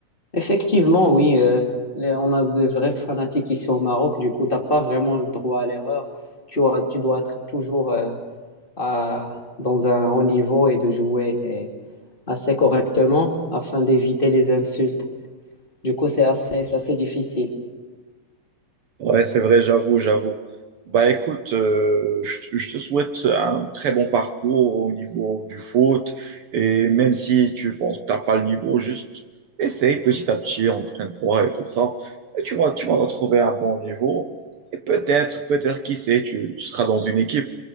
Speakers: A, on the left; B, on the right.
A: Effectivement, oui, euh, les- on a de vrais fanatiques ici au Maroc. Du coup, tu n'as pas vraiment le droit à l'erreur. Tu, as- tu dois être toujours euh, à- dans un haut niveau et de jouer euh, assez correctement afin d'éviter les insultes. Du coup, c'est assez, c'est assez difficile.
B: Ouais, c'est vrai, j'avoue, j'avoue. Bah écoute, euh, je, te je te souhaite un très bon parcours au niveau du foot. Et même si tu penses que t'as pas le niveau, juste essaye petit à petit, entraîne-toi et tout ça. Et tu vas, tu vas retrouver un bon niveau. Et peut-être, peut-être, qui sait, tu, tu seras dans une équipe.